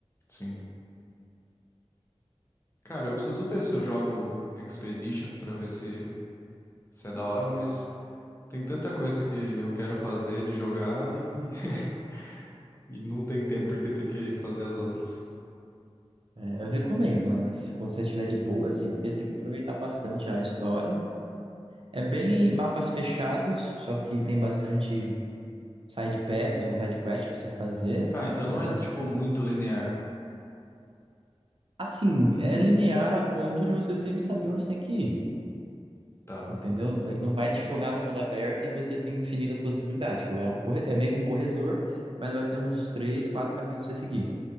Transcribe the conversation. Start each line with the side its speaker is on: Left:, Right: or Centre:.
Left: sim. Cara, eu preciso ver se eu jogo Expedition pra ver se se é da hora, mas tem tanta coisa que eu quero fazer de jogar e <laughs> E não tem tempo porque tem que fazer as outras.
Right: É, eu recomendo, mano, mas se você tiver de boa, assim, porque tem que aproveitar bastante a história. É bem mapas fechados, só que tem bastante side paths ou side quest pra você fazer,
Left: Ah, então não
Right: né?
Left: é tipo muito linear.
Right: Assim, é linear a ponto de você sempre saber onde você tem que ir,
Left: Tá,
Right: entendeu? Ele não vai te jogar no mundo aberto e você tem infinitas possibilidades. Tipo, é um corre- é meio que um corredor, mas vai ter uns três, quatro caminhos pra você seguir.